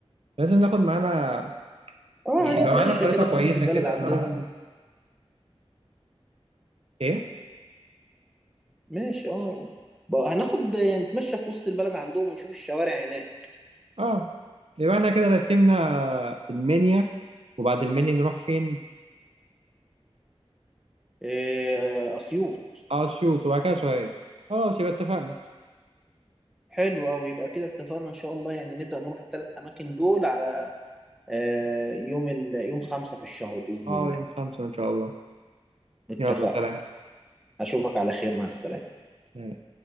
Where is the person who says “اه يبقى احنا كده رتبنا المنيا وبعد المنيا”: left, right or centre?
Right